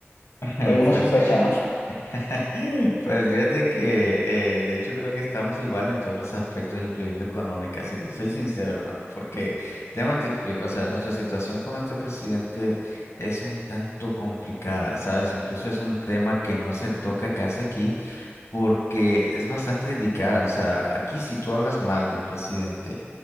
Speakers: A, on the left; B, on the left.
A: <laughs>
B: eh, uno
A: Pues,
B: sospecha, ¿no?
A: <laughs> pues fíjate que eh, de hecho creo que estamos igual en todos los aspectos, incluyendo económica. si te soy sincero, hermano, porque déjame te explico, o sea, nuestra situación con nuestro presidente es un tanto complicada, ¿sabes? Incluso es un tema que no se toca casi aquí porque es bastante delicada. O sea, aquí si tú hablas mal del presidente,